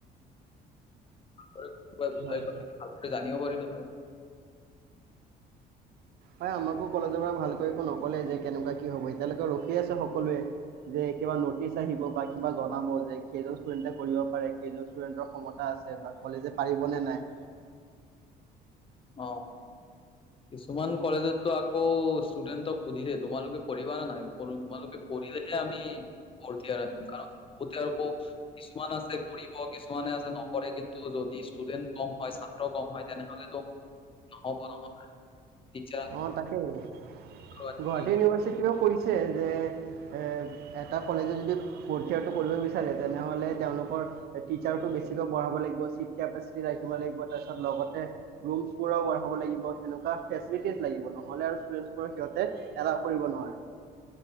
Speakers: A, on the left (about 30°); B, on the right (about 70°).
A: হয়। পূৱা গোটাই
B: হয়
A: খালে ভাল। জানিব পাৰিলোঁ হৈ।
B: হয়, আমাকো কলেজৰ পৰা ভালকৈ একো নক'লে যে, কেনেকুৱা কি হ'ব? এতিয়ালৈকে ৰখি আছে সকলোৱে যে, কিবা নটিচ আহিব বা কিবা জনাব যে, কেইজন ষ্টুডেন্টে কৰিব পাৰে কেইজন ষ্টুডেন্টৰ ক্ষমতা আছে বা কলেজে পাৰিব নে নাই?
A: অ কিছুমান কলেজততো আকৌ ষ্টুডেন্টক সুধিছে তোমালোকে কৰিবা নে নাই? তোমালোকে কৰিলেহে আমি ভৰ্তি আৰু আনিম, কাৰণ বহুতে আৰু কিছুমান আছে কৰিব, কিছুমানে আছে নকৰে, কিন্তু যদি ষ্টুডেন্ট কম হয় ছাত্ৰ কম হয়, তেনেহ'লেতো নহ'ব নহয়। টিচাৰ
B: অ তাকেই গুৱাহাটী
A: আনিব লাগিব।
B: ইউনিভাৰ্চিটিও কৰিছে। যে, এ এটা কলেজে যদি পৰ্টিয়াৰটো কৰিব বিচাৰে তেনেহ'লে তেওঁলোকৰ এ টিছাৰটো বেছিকৈ পঢ়াব লাগিব চিট কেপাচিটি ৰাখিব লাগিব, লগতে ৰুলছ <unintelligible> হ'ব লাগিব সেনেকুৱা ফেচ প্ৰি টেষ্ট লাগিব নহ'লে আৰু <unintelligible> সিহঁতে এলাহ কৰিব নোৱাৰে।